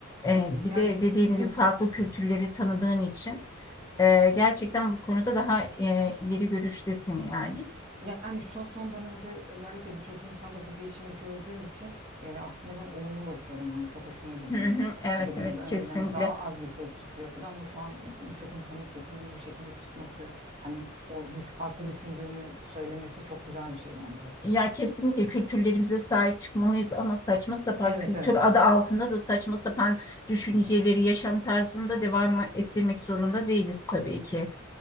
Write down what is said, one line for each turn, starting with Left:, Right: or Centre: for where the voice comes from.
Left: Ee, bir
Right: Yani
Left: de dediğim
Right: şu
Left: gibi farklı kültürleri tanıdığın için e, gerçekten bu konuda daha e, ileri görüştesin yani.
Right: Yani şu son dönemde özellikle birçok insanda bu değişimi gördüğüm için e, aslında ben olumlu bakıyorum. Hani çok hoşuma gidiyor.
Left: Hı hı, Evet
Right: Dediğim
Left: evet
Right: gibi önceden
Left: kesinlikle.
Right: daha az bir ses çıkıyordu ama şu an birçok insanın sesinin bu şekilde çıkması, hani o düş farklı düşündüğünü söylemesi çok güzel bir şey bence.
Left: Ya kesinlikle kültürlerimize sahip çıkmalıyız ama saçma sapan
Right: Evet
Left: kültür
Right: evet.
Left: adı altında da saçma sapan düşünceleri yaşam tarzında devam ettirmek zorunda değiliz tabii ki.